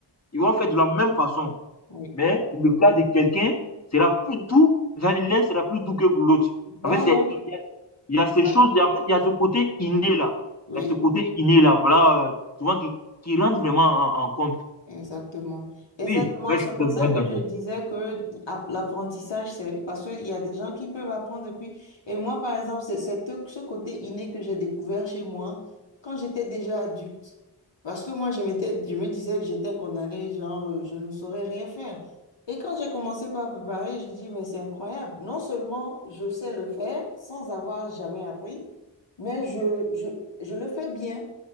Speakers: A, on the left; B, on the left.
A: Ils vont faire de la même façon.
B: oui.
A: mais le plat de quelqu'un sera plus doux, l'un sera plus doux que l'autre.
B: Voilà,
A: En fait, c'est, il, y a, il y a ces
B: voilà,
A: choses, en fait, il y a ce côté inné là.
B: oui.
A: Il y a ce côté inné là, voilà, euh, souvent qui, qui rentre vraiment en, en compte.
B: Exactement. Exactement.
A: Oui, là,
B: C'est
A: je suis
B: pour
A: tout à
B: ça
A: fait
B: que
A: d'accord.
B: je disais que app- l'apprentissage, c'est parce qu'il y a des gens qui peuvent apprendre depuis. Et moi, par exemple, c'est c'est tout ce côté inné que j'ai découvert chez moi quand j'étais déjà adulte. Parce que moi, je m'étais, je me disais que j'étais condamnée, genre, euh, je ne saurais rien faire. Et quand j'ai commencé par préparer, j'ai dit, mais c'est incroyable. Non seulement je sais le faire sans avoir jamais appris, mais je, je, je le fais bien.